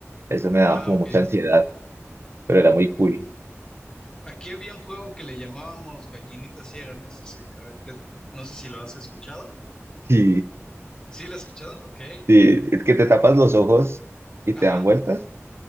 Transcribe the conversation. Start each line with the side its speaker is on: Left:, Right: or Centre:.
Right: Eso me daba
Left: Ah,
Right: como
Left: ok.
Right: mucha ansiedad, pero era muy cool.
Left: Aquí había un juego que le llamábamos Gallinita Ciega, no sé si, a ver, te- no sé si lo has escuchado.
Right: <laughs>
Left: ¿Sí lo has escuchado? Ok.
Right: Y, y que te tapas los ojos y
Left: Ajá.
Right: te dan vueltas.